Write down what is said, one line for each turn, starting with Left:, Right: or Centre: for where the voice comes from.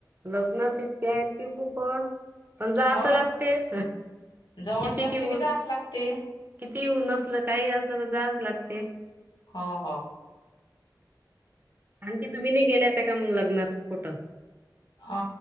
Right: लग्नच इतके आहेत की, खूप अण जाव
Left: हो.
Right: त लागतेच,
Left: जवळचे
Right: कितीकही
Left: असले की
Right: ऊन
Left: जाच लागते
Right: किती ही ऊन आसल, काही असलं तर जावच लागते.
Left: हो हो.
Right: आणखी तुम्ही नाही गेल्या होत्या का मग लग्नात कुठं?
Left: अ